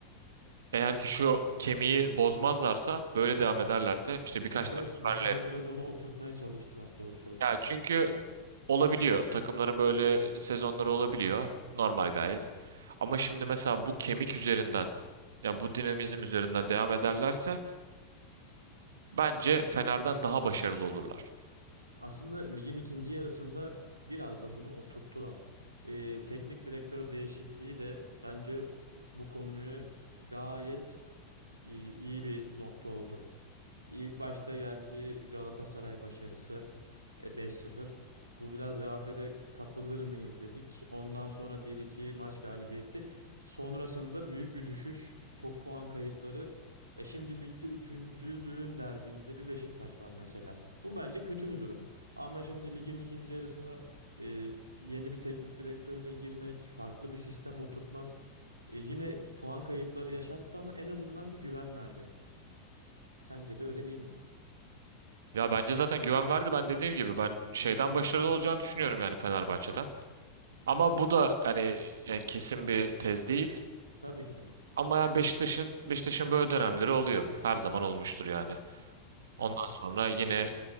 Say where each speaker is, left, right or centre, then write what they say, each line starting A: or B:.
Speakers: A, on the right; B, on the right.
A: Eğer ki şu kemiği bozmazlarsa böyle devam ederlerse işte birkaç
B: Evet
A: transferle.
B: bu sene biraz onu oturtmaya çalıştılar. Doğru söylüyorsun.
A: Ya çünkü olabiliyor takımların böyle sezonları olabiliyor normal gayet. Ama şimdi mesela bu kemik üzerinden ya bu dinamizm üzerinden devam ederlerse bence Fener'den daha başarılı olurlar.
B: Aslında ligin ikinci yarısında biraz da bunu oturttular. Ee, teknik direktör değişikliği de bence bu konuya gayet iyi, iyi bir nokta oldu. İlk başta geldi Galatasaray başarısı e, 5-0. Bu biraz rehavete kapılır mıyız dedik. Ondan sonra bir iki maç galibiyeti. Sonrasında büyük bir düşüş, çok puan kayıpları. E şimdi ligde üçüncülüğün derdinde bir Beşiktaş var mesela. Bu bence kötü bir durum. Ama şimdi ligin ikinci yarısına e, yeni bir teknik direktörle girmek, farklı bir sistem oturtmak e, yine puan kayıpları yaşattı ama en azından bir güven verdi. Sence de öyle değil mi?
A: Ya bence zaten güven verdi ben dediğim gibi ben şeyden başarılı olacağını düşünüyorum yani Fenerbahçe'den. Ama bu da hani yani kesin bir tez değil.
B: Tabii ki de.
A: Ama yani Beşiktaş'ın Beşiktaş'ın böyle dönemleri oluyor. Her zaman olmuştur yani. Ondan
B: Evet.
A: sonra yine